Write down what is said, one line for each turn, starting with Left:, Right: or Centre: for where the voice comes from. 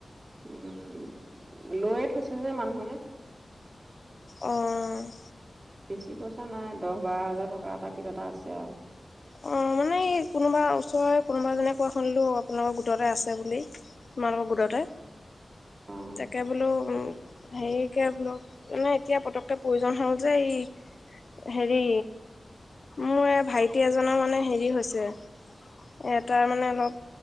Right: উম, লৈয়ে থৈছে যে মানুহে।
Left: অ'।
Right: বেছি কৈছ এ নাই, দহ বাৰ হাজাৰ টকা এটাক কিবা এটা আছে আৰু।
Left: অ' মানে এই কোনোবা ওচৰৰে কোনোবা এজনে কোৱা শুনিলো, আপোনাৰো গোটতে আছে বুলি, তোমালোকৰ গোটতে।
Right: অ
Left: তাকে বোলো উম হেৰিকে বুলো, নাই এতিয়া পতককে প্ৰয়োজন হ'ল যে, এই হেৰি, মোৰ এ ভাই টি এজনৰ মানে হেৰি হৈছে, এ টাৰ মানে অলপ,